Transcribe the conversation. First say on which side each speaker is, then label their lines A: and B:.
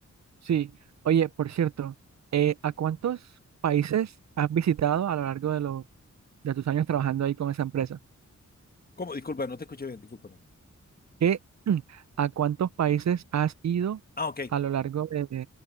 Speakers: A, on the right; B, on the left.
A: Sí, oye, por cierto, eh, ¿a cuántos países has visitado a lo largo de, los de tus años trabajando ahí con esa empresa?
B: ¿Cómo? Disculpa, no te escuché bien, disculpa. no.
A: ¿Qué, <clears throat> a cuántos países has ido
B: Ah, ok.
A: a lo largo de,